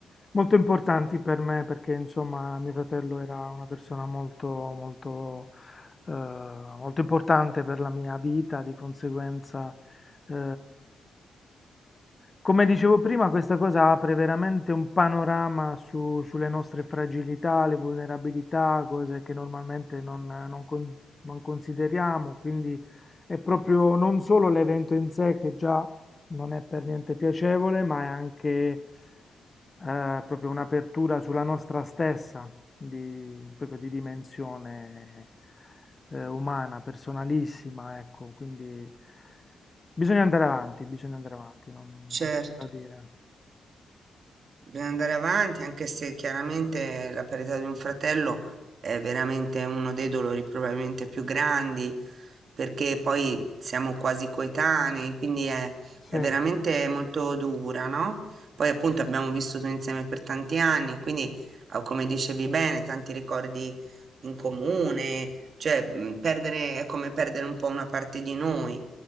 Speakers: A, on the left (about 20°); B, on the right (about 50°).
A: molto importanti per me perché insomma mio fratello era una persona molto, molto, eh, molto importante per la mia vita, di conseguenza, eh, come dicevo prima, questa cosa apre veramente un panorama su- sulle nostre fragilità, le vulnerabilità, cose che normalmente non, non con- non consideriamo, quindi è proprio non solo l'evento in sé che già non è per niente piacevole, ma è anche eh, proprio un'apertura sulla nostra stessa, di, proprio di dimensione eh, umana, personalissima, ecco, quindi bisogna andare avanti, bisogna andare avanti, non, non
B: Certo,
A: c'è cosa dire.
B: bisogna andare avanti, anche se chiaramente la perdita di un fratello è veramente uno dei dolori probabilmente più grandi, perché poi siamo quasi coetanei, quindi è,
A: Sì,
B: è veramente molto dura, no? Poi appunto abbiamo vissuto insieme per tanti anni, quindi ah, come dicevi bene, tanti ricordi in comune, cioè mh, perdere è come perdere un po' una parte di noi